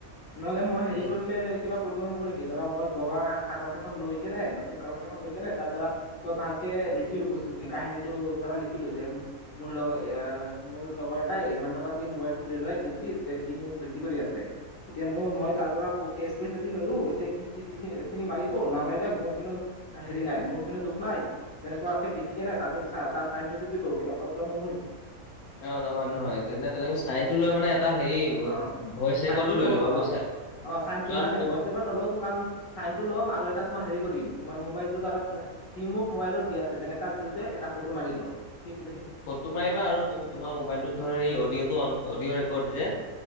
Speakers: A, on the left; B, on the left.
A: নহলে মই হেৰি
B: উম,
A: কৰিলে কিবা- প্ৰব্লেম হ'ব নেকি? ধৰা মই বগা কাগজ এখন লৈ কেনে নতুন কাগজ এখন লৈ কেনে তাত ধৰা- মই ভালকে লিখিলো বস্তু খিনি কাহিনীটোৰ দ্বাৰা লিখিলো দেম- মোৰ লগৰ এয়াৰ মোৰ লগৰ এটাই ইমান টকা দি মোবাইল টো লে লয়- কিস্তি তেতিয়া সি মোক বিক্ৰী কৰি আছে। এতিয়া মই মই তাৰ পৰা কেচ পইচা দি ললো এতিয়া সি কিস্তি খিনি মাৰিব নামাৰিলে মোৰ কিন্তু, হেৰি নাই মোৰ কিন্তু দুখ নাই- তেনেকুৱাকে লিখি কিনে তাতে তাৰ চাইনটোতদি দিলো কিবা প্ৰব্লেম হব নেকি?
B: অঁ নহয় নহয়, তেনে তেনেকে চাইন টো লৈ মানে- এটা হেৰি
A: অঁ
B: ভইচ ৰেকৰ্ডো
A: চাইনটো
B: লৈ
A: ল
B: ল'বা
A: অঁ
B: বুজিছা
A: অঁ চাইনটো
B: কাৰণ
A: নাই নাই
B: ক'ব
A: বছেকত নলওতো কাৰণ- চাইনটো ল'ম আৰু এটা তোমাৰ হেৰি কৰিম তোমাৰ মোবাইলটো দ্বাৰা- সি মোক মোবাইলতো দি আছে তেনেকা দিওঁতে এটা ফটো মাৰি লম সেই-
B: ফটো মাৰিবা আৰু তুমি তোমাৰ মোবাইলটোত ধৰ এই অডিঅ'টো অডিঅ' ৰেকৰ্ড যে-